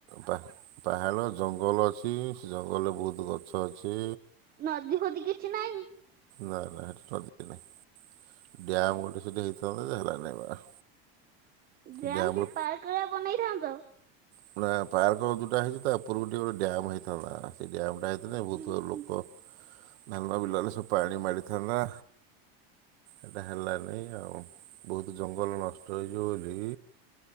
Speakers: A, on the right; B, on the right.
A: ପାହା ପାହାଡ଼ ଜଙ୍ଗଲ ଅଛି ସେ ଜଙ୍ଗଲରେ ବହୁତ ଗଛ ଅଛି।
B: ନଦୀ ଫଦୀ କିଛି ନାହିଁ।
A: ନା ନା ହେଠି ଛ କିଛି ନାହିଁ। ଡ୍ୟାମ୍ ଗୋଟେ ସେଇଠି ହେଇଥାନ୍ତା ଯେ ହେଲାନାହିଁ ବା।
B: ଯାମ୍
A: ଡ୍ୟାମରୁ
B: ସେଇ ପାର୍କ ରେ ବନେଇଥାନ୍ତ।
A: ପୁରା ପାର୍କ ଯୋଉଟା ହେଇଛି ତା ଉପରକୁ ଟିକେ ଗୋଟେ ଡ୍ୟାମ୍ ହେ ସେ ଡ୍ୟାମ୍ ଯାଇଥିଲେ ବହୁତ
B: ଉଁ
A: ବୋହୁତ
B: ହୁଁ
A: ଲୋକ ଧାନ ବିଲ ରେ ସବୁ ପାଣି ମାଡ଼ିଥାନ୍ତା। ଏଟା ହେଲାନି ଆଉ ବହୁତ ଜଙ୍ଗଲ ନଷ୍ଟ ହେଇଯିବ ବୋଲି